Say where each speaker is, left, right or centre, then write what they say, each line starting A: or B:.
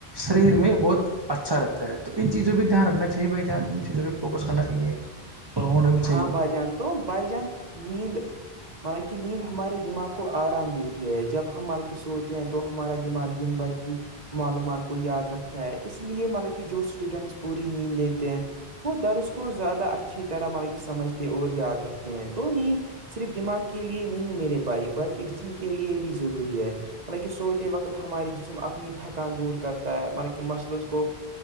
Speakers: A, on the right; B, on the right.
A: شریر میں بہت اچھا رہتا ہے تو ان چیزوں پہ دھیان رکھنا چاہیے بھائی جان ان چیزوں پہ فوکس کرنا چاہیے اور ہونا بھی چاہیے
B: ہاں بھائی جان تو بائی جان نیند مطب کی نیند ہمارے دماغ کو آرام دیتی ہے جب ہم مط کے سوتے ہیں تو ہمارا دماغ بھر کی معلومات کو یاد رکھتے ہے اس لیے مطلب کہ جو اسٹوڈنٹس پوری نیند لیتے ہیں وہ درس کو زیادہ اچھی طرح مطلب کہ سمجھتے ہیں اور یاد رکھتے ہیں تو نیند صرف دماغ کے لیے نہیں میرے بھائی بلکہ جسم کے لیے بھی ضروری ہے ملکہ سوتے وقت ہماری جسم اپنی تھکان دور کرتا ہے مطلب کہ مسلوز کو